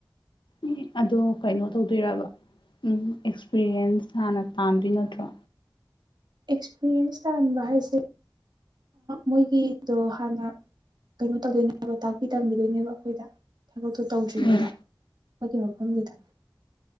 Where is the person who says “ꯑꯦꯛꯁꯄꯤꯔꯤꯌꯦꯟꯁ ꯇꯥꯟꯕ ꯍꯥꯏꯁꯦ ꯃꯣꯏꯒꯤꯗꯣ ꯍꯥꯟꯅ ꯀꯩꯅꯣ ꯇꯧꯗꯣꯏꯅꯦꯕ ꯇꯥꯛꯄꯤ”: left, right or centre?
Right